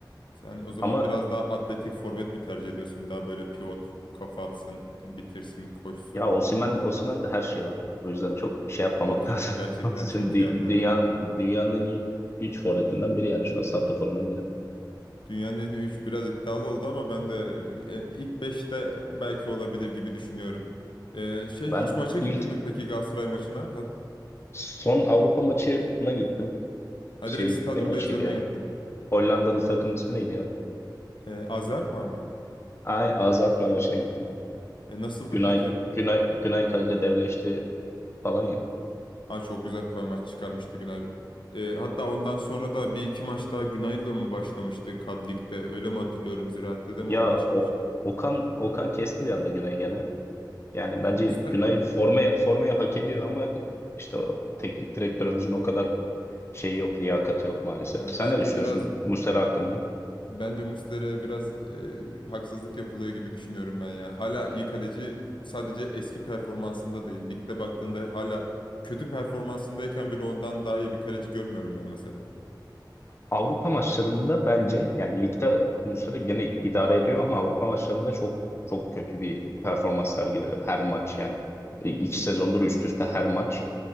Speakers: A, on the left; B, on the left.
A: Sen o zaman
B: Ama
A: biraz daha atletik forvet mi tercih ediyorsun? Daha böyle pivot, kafa atsın, bitirsin, koşsun.
B: ya Osimhen, Osimhen de her şey var. O yüzden çok şey yapmamak
A: Çok iyi,
B: <laughs> lazım.
A: gerçekten
B: Osimhen
A: çok
B: dü-
A: iyi atlet
B: Dünyanın,
A: ama.
B: dünyanın en iyi 3 forvetinden biri yani şu an santraforundan biri.
A: Dünyanın en iyi 3 biraz iddialı oldu ama ben de e, ilk beşte belki olabilir gibi düşünüyorum. Ee, şey
B: Ben
A: hiç maça gittin
B: ilk
A: mi peki Galatasaray maçına? Ha,
B: son Avrupa maçına gittim.
A: ha
B: Şey
A: direkt stadyumda
B: ne maçıydı
A: izlemeye
B: ya?
A: gittin.
B: Hollandalı takımın ismi neydi ya?
A: Ee, Azerk var mı?
B: Ay, Azad Alkmaar maçına gittim.
A: E, nasıldı
B: Günay
A: peki?
B: Günay Günay Kalede devleşti falan ya.
A: Aa, çok güzel bir maç çıkarmıştı Günay. Ee, hatta ondan sonra da bir iki maç daha Günay'la mı başlamıştı Kad Lig'de? Öyle mi hatırlıyorum? Ziraat'te de mi
B: Ya
A: onunla
B: o,
A: çıkmıştı?
B: Okan Okan kesti bir anda Günay'ı gene. Yani
A: E,
B: bence
A: Muslera
B: Günay formaya, formaya hak ediyor ama işte o teknik direktörümüzün o kadar şeyi yok, liyakati yok maalesef.
A: ya
B: Sen
A: bence
B: ne düşünüyorsun
A: biraz
B: Muslera hakkında?
A: bence Muslera'ya biraz e, haksızlık yapılıyor gibi düşünüyorum ben ya. Hala iyi kaleci sadece eski performansında değil. Ligde baktığında hala kötü performansındayken bile ondan daha iyi bir kaleci görmüyorum ben mesela.
B: Avrupa maçlarında bence yani ligde Muslera gene idare ediyor ama Avrupa maçlarında çok çok kötü bir performans sergiliyor her maç yani.
A: Hı
B: E,
A: hı.
B: iki sezondur üst üste her maç